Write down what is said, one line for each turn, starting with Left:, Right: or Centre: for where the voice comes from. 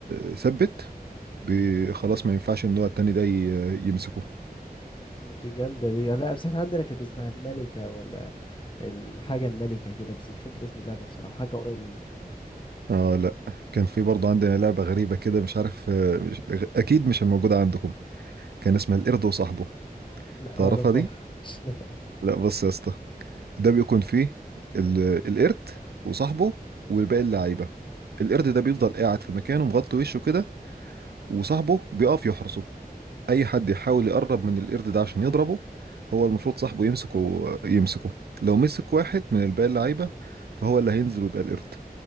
Right: آه، ثبت بي- خلاص ما ينفعش ان هو التاني ده ي- يمسكه
Left: دي جامدة دي لا بس احنا عندنا كانت اسمها الملكة ولا الحاجة الملكة كده بس مش فاكر اسم اللعبة بصراحة حاجة قريبة من
Right: اه لا كان في برضه عندنا لعبة غريبة كده مش عارف آه، مش... غ- اكيد مش موجودة عندكم كان اسمها القرد وصاحبه
Left: لا
Right: تعرفها
Left: معرفهاش
Right: دي
Left: <laughs> لا
Right: لا بص يا اسطى ده بيكون فيه ال- القرد وصاحبه والباقي اللعيبة القرد ده بيفضل قاعد في مكانه مغطي وشه كده وصاحبه بيقف يحرسه أي حد يحاول يقرب من القرد ده عشان يضربه هو المفروض صاحبه يمسكه يمسكه لو مسك واحد من الباقي اللعيبة فهو اللي هينزل ويبقى القرد